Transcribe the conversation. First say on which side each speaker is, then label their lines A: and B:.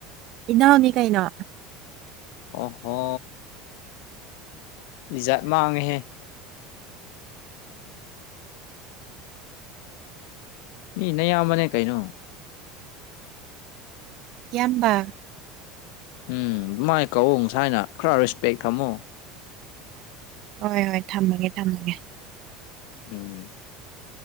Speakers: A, on the right; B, on the left.
A: ꯏꯅꯥꯎꯅꯤ ꯀꯩꯅꯣ
B: ꯑꯣꯍꯣ ꯏꯖꯠ ꯃꯥꯡꯉꯦꯍꯦ ꯃꯤ ꯅꯌꯥꯝꯕꯅꯦ ꯀꯩꯅꯣ
A: ꯏꯌꯥꯝꯕ
B: ꯎꯝ ꯃꯥꯏ ꯀꯧꯋꯧ ꯉꯁꯥꯏꯅ ꯈꯔ ꯔꯦꯁꯄꯦꯛ ꯊꯝꯃꯣ
A: ꯍꯣꯏ ꯍꯣꯏ ꯊꯝꯃꯒꯦ ꯊꯝꯃꯒꯦ
B: ꯎꯝ